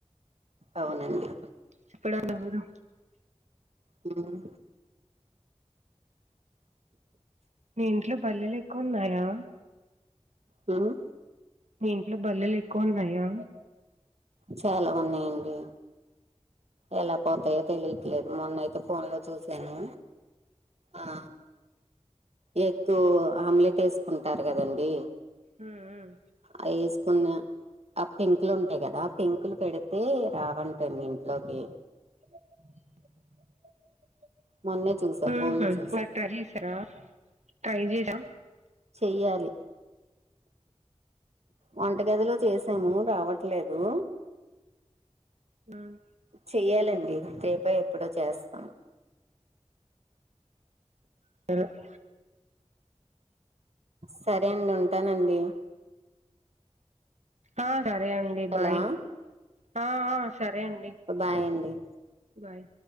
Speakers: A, on the right; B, on the right.
A: అవునండి
B: చెప్పడాలేవరు
A: ఉహ్
B: నీ ఇంట్లో బల్లీలు ఎక్కువ ఉన్నాయా
A: హ్మ్
B: మీ ఇంట్లో బల్లులు ఎక్కువ ఉన్నాయా
A: చాలా ఉన్నాయండి ఎలా పోతాయో తెలియద్ లేదు మొన్నయితే ఫోన్ లో చూసాను ఆ ఎగ్గు ఆమ్లెట్ వేసుకుంటారు కదండీ
B: మ్మ్ మ్మ్
A: వేసుకున్న ఆ పెంకులు ఉంటాయి కదా ఆ పెంకులు పెడితే రావంట మీ ఇంట్లోకి
B: <unintelligible>
A: మొన్నే చూసా
B: హ్మ్
A: ఫోన్
B: హు
A: లో చూసా
B: మరి ట్రై చేసారా ట్రై చేయరా
A: చెయ్యాలి వంటగదిలో చేసాము రావట్లేదు
B: మ్మ్
A: చెయ్యాలండి రేపో ఎప్పుడో చేస్తాం
B: <unintelligible>
A: సరే అండి ఉంటానండి
B: ఆ సరే అండి
A: హలో
B: బాయ్ ఆ ఆ సరే అండి
A: బాయ్ అండి
B: బాయ్